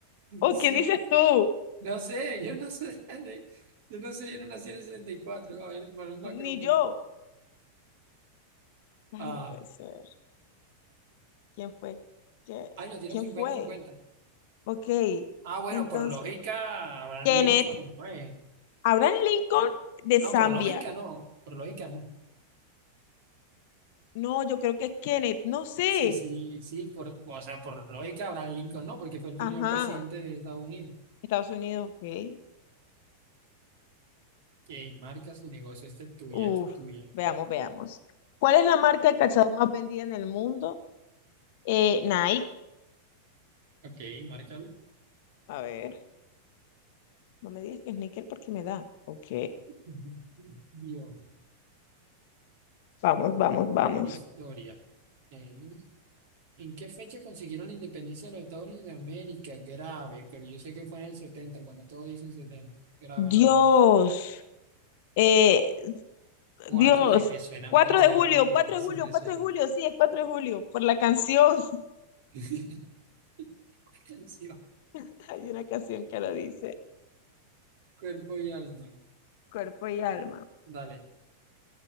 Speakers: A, on the left (about 50°); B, on the right (about 50°).
A: ¿O
B: sí.
A: quién dices tú?
B: No sé, yo no sé. <laughs> Yo no sé, yo no nací en el 64. A ver, Manuel Macron.
A: Ni
B: pues.
A: yo. Ay,
B: Ah,
A: no puede ser. ¿Quién fue? ¿Qué?
B: Ay, no tiene
A: ¿Quién
B: un cincuenta.
A: fue?
B: 50
A: Ok.
B: Ah, bueno,
A: Entonces,
B: por lógica, Abraham
A: Kenneth.
B: Lincoln no es.
A: Abraham Lincoln de
B: No,
A: Zambia.
B: por lógica no. Por lógica no.
A: No, yo creo que es Kenneth, no sé.
B: Sí, sí, sí. Por, o sea, por lógica, Abraham Lincoln no, porque fue el
A: Ajá,
B: primer presidente de Estados Unidos.
A: Estados Unidos, ok.
B: Que marca su negocio. Este es tuyo,
A: Uf,
B: este es tuyo.
A: veamos, veamos. ¿Cuál es la marca de calzado más vendida en el mundo? Eh, Nike.
B: Ok, márcalo.
A: A ver, no me digas que sneaker porque me da. Ok,
B: Ujú. Guión.
A: vamos, vamos, vamos.
B: Historia. Ok. ¿En qué fecha consiguieron la independencia de los Estados Unidos de América? Grave, pero yo sé que fue en el setenta. cuando todos dicen 70. Grave
A: Dios,
B: la vaina.
A: eh,
B: Cuatro
A: Dios.
B: de, me suenan
A: 4
B: 4
A: de
B: de
A: julio,
B: julio,
A: Cuatro
B: ¿eh?
A: de
B: sí
A: julio,
B: me
A: Cuatro
B: suena.
A: de julio, sí, es cuatro de julio, por la canción.
B: <laughs> Hipertensión,
A: <laughs> Hay una canción que lo dice,
B: cuerpo y alma.
A: cuerpo y alma.
B: Dale.